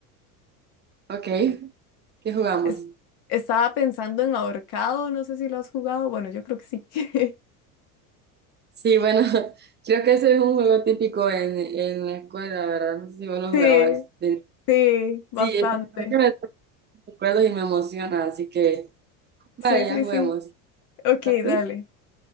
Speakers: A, on the right; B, on the left.
A: Ok, ¿qué jugamos?
B: Es- estaba pensando en ahorcado, no sé si lo has jugado, bueno, yo creo que sí. <laughs>
A: Sí, bueno, <laughs> creo que ese es un juego típico en, en la escuela, ¿verdad? No sé si vos lo
B: Sí,
A: jugabas. De-
B: sí, bastante.
A: Sí, es la verdad que me trae recuerdos y me emociona, así que vale,
B: Sí, sí,
A: ya juguemos.
B: sí. Ok,
A: ¿Estás tú?
B: dale.